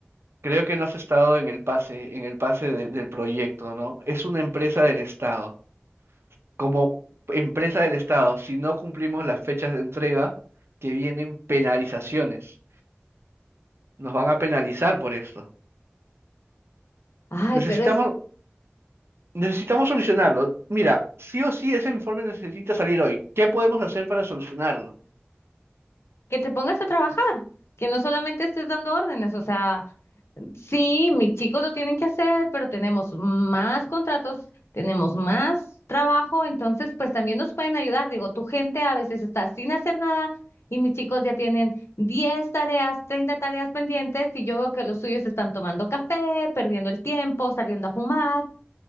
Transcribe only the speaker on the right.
Creo que no has estado en el pase, en el pase de- del proyecto, ¿no? Es una empresa del Estado. Como empresa del Estado, si no cumplimos las fechas de entrega, que vienen penalizaciones. Nos van a penalizar por esto.
Necesitamos,
necesitamos solucionarlo. Mira, sí o sí ese informe necesita salir hoy. ¿Qué podemos hacer para solucionarlo?